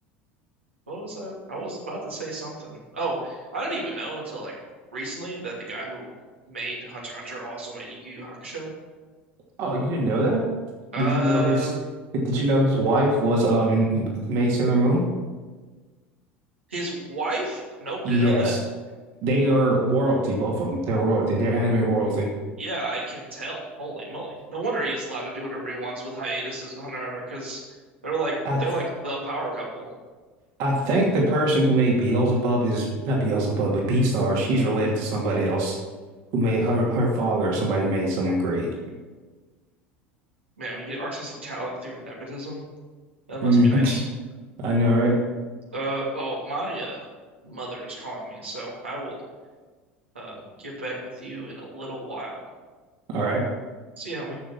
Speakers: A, on the right; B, on the right.
A: what was I? I was about to say something. Oh, I didn't even know until like recently that the guy who made Hunter x Hunter also made Yu Yu Hakusho.
B: Oh, you didn't know that?
A: Uh,
B: Did you know his did you know his wife was um Maid Sailor Moon?
A: his wife? Nope,
B: Yes.
A: didn't know that.
B: They are royalty, both of them. They're royalty. They're anime royalty.
A: Yeah, I can tell. Holy moly! No wonder he's allowed to do whatever he wants with hiatuses with Hunter x Hunter because they're like
B: I
A: they're
B: th
A: like the power couple.
B: I think the person who made Beelzebub is not Beelzebub, but Beastars. She's related to somebody else who made her her father or somebody made someone great. <laughs>
A: Man, when you get artistic talent through nepotism, that must
B: Mhm.
A: be nice.
B: I know, right?
A: Uh, oh, my uh, mother is calling me, so I will uh, get back with you in a little while.
B: All right.
A: See you, homie.